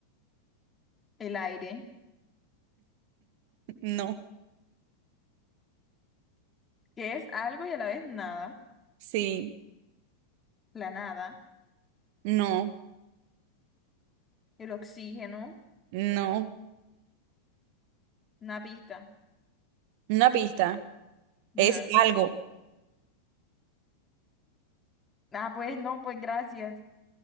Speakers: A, on the left; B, on the right.
A: El aire,
B: No,
A: que es algo y a la vez nada,
B: sí,
A: la nada.
B: no,
A: El oxígeno,
B: no.
A: una pista.
B: Una pista. Es
A: Ajá.
B: algo
A: Ah, pues no, pues gracias.